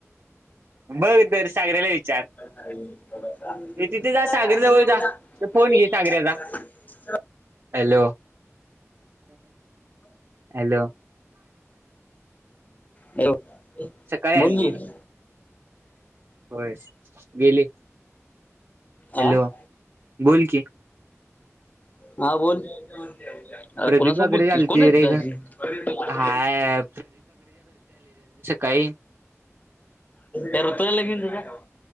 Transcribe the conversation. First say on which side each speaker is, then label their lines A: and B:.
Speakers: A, on the right; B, on the left.
A: बघ तर सागऱ्याला विचार
B: <unintelligible>
A: ते तिथे जा सागर जवळ जा ते फोन घे सागऱ्याचा हॅलो, हॅलो
B: हॅलो
A: सकाळी आणली
B: बोल की
A: होय गेली हॅलो
B: आ
A: बोल की
B: हा बोल अरे
A: प्रदीप
B: कोणा
A: काकडे
B: सोबत बोलतोयस
A: आलती
B: कोण तिथं
A: रे घ-
B: अजून
A: हाय काई
B: करतोय लगीन तुझ